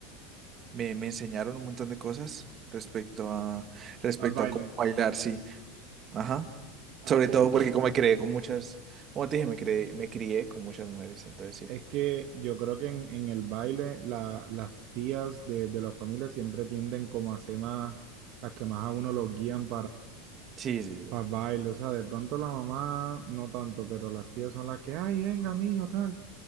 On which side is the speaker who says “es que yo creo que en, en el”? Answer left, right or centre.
Right